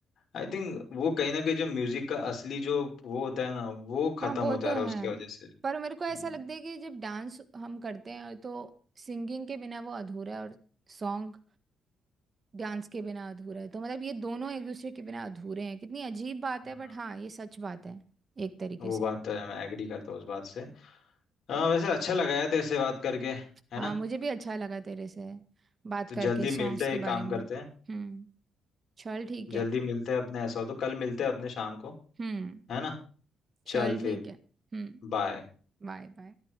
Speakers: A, on the left; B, on the right.
A: आई थिंक वो कहीं ना कहीं जो म्यूजिक का असली जो वो होता है ना वो खत्म
B: हाँ वो
A: हो जा
B: तो
A: रहा है
B: है
A: उसकी वजह से हम्म,
B: पर मेरे को ऐसा लगता है कि जब डांस हम करते हैं तो सिंगिंग के बिना वो अधूरा है और सॉन्ग डांस के बिना अधूरा है तो मतलब ये दोनों एक दूसरे के बिना अधूरे हैं कितनी अजीब बात
A: हम्म,
B: है बट हाँ ये सच बात है एक तरीके
A: वो बात
B: से
A: तो है मैं एग्री करता हूँ उस बात से हाँ वैसे अच्छा लगा यार तेरे से बात करके है
B: हाँ
A: ना
B: मुझे भी अच्छा लगा तेरे से बात
A: तो
B: करके
A: जल्दी
B: सॉन्ग्स
A: मिलते हैं
B: के
A: एक
B: बारे
A: काम
B: में
A: करते
B: हम्म
A: हैं
B: चल ठीक
A: जल्दी
B: है
A: मिलते हैं अपने ऐसा हो तो कल मिलते हैं अपने शाम को
B: हम्म
A: है ना चल
B: चल ठीक
A: फिर
B: है हम्म
A: बाय
B: बाय बाय